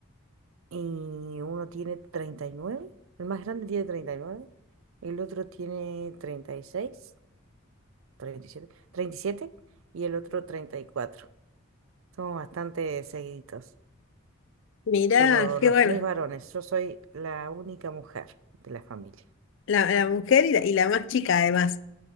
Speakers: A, on the right (about 65°); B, on the left (about 55°).
A: y uno tiene 39. El más grande tiene 39. El otro tiene treinta y seis, treinta Y siete, siete treinta y siete y el otro 34. Somos bastante seguiditos.
B: Mirá,
A: Pero
B: qué
A: los
B: bueno.
A: tres varones. Yo soy la única mujer de la familia.
B: La, la mujer y la, y la más chica además.